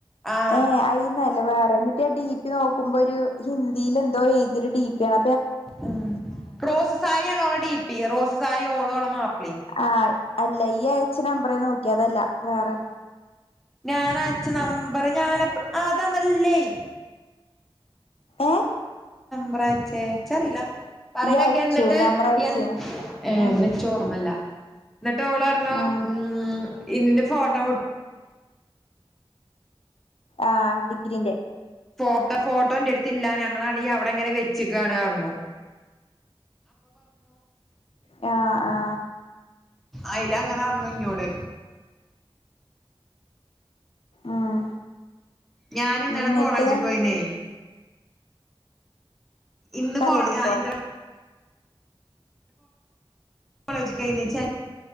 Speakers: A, in the centre; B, on the left (about 80°).
A: ആഹ്
B: ഏ നല്ല വേറെ എന്നിട്ട് ഡി പി നോക്കുമ്പോ ഒരു ഹിന്ദിയില എന്തോ എഴു ഇതിരു ഡിപി ആണ
A: ഉം റോസ് സാരി യാണ് രാ ഡിപ്പി റോസ് സാരി <unintelligible> ഓളോഓള മാപ്പം
B: ആ അല്ല ഈ അയച്ച നമ്പറേ നോക്കിയ അതല്ല വേറെ
A: ഞാന അച്ച്ച നമ്പർ ഞാന അതാന്നല്ലേ
B: ഏഹ്
A: അപ്രച്ചേ ചരില്ല പറയണൊക്കെ
B: ഇയ്യ് അയച്ചു
A: എന്നിട്ട്
B: നമ്പർ അയച്ചു
A: ൻ ഏർ
B: ഉം
A: മെച്ചോഓർമ്മല്ല എന്നിട്ട് ഓളറിഞ്ഞോ
B: ഉം
A: ഉ ഇതിന്റെ ഫോട്ടോ മുട്ട
B: ആ ഡിഗ്രീന്റെ
A: ഫോട്ടോ ഫോട്ടോ എന്റെ അടുത്തല്ല ഞങ്ങളാണെങ്ക അവിടെ ഇങ്ങനെ വെച്ചക്കാണറു
B: ആ ആ
A: അയില അങ്ങനെ അന്നു ഇങ്ങോട്
B: ഉം
A: ഞാൻ ഇന്നലെ
B: എന്നിട്ട്
A: കോളേജിൽ പോയിന്നേ ഇന്ന്
B: കല്ലടിക്കോ
A: കോ ഇന്ന കോളേജ കഴീച്ച